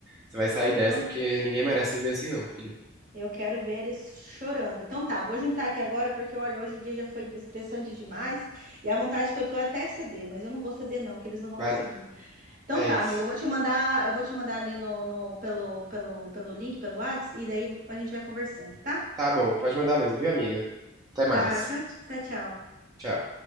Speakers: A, on the right; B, on the right.
A: Você vai sair dessa
B: Então,
A: porque ninguém merece viver assim, não, filha.
B: eu quero ver eles chorando. Então tá, vou juntar aqui agora porque olha, hoje o dia já foi estressante demais e a vontade que eu tô é até ceder, mas eu não vou ceder não, porque eles não vão
A: Vai
B: conseguir.
A: não.
B: Então
A: É
B: tá,
A: isso.
B: amigo, eu vou te mandar, eu vou te mandar ali no, no pelo pelo pelo link, pelo WhatsApp e daí a gente vai conversando, tá?
A: Tá bom, pode mandar mesmo, viu, amiga? Até mais.
B: Tá, tchau, tá, tchau.
A: Tchau.